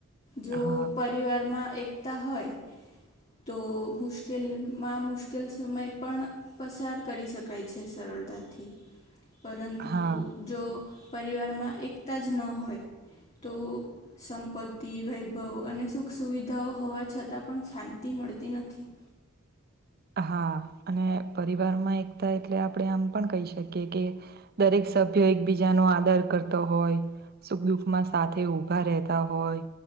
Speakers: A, on the left; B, on the right.
A: જો
B: હા
A: પરિવારમાં એકતા હોય તો મુશ્કેલમાં મુશ્કેલ સમય પણ પસાર કરી શકાય છે સરળતાથી પરંતુ
B: હા
A: જો પરિવારમાં એકતા જ ન હોય તો સંપત્તિ, વૈભવ અને સુખ સુવિધાઓ હોવા છતાં પણ શાંતિ શાંતિ મળતી નથી.
B: હા અને પરિવારમાં એકતા એટલે આપણે આમ પણ કહી શકીએ કે દરેક સભ્ય એકબીજાનો આદર કરતો હોય સુખ દુઃખમાં સાથે ઉભા રહેતા હોય.